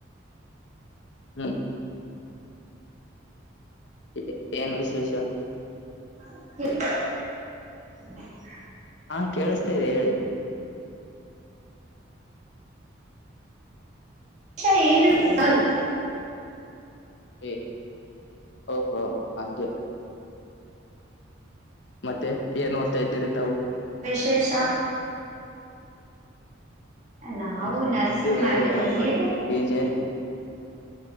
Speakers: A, on the left; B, on the right.
A: ಹ್ಮ್ ಏ ಏನ್ ವಿಶೇಷ
B: <inaudible>
A: ಹಾ ಕೇಳಸ್ತಾ ಇದೆ ಹೇಳಿ
B: <unintelligible>
A: ಏ ಓಹೋ ಹಂಗೆೆ ಮತ್ತೆ ಏನ್ ಓದ್ತಾ ಇದ್ದೀರಿ ತಾವು
B: ಶೇಷ ನಾವು
A: ನಮ್ದು
B: ನರ್ಸಿಂಗ್ ಮಾಡ್ತಿದ್ದೀವಿ
A: ಏನು ಇಲ್ಲ ನೋಡಿ
B: ನೀವು
A: ಪಿಜೀಲ್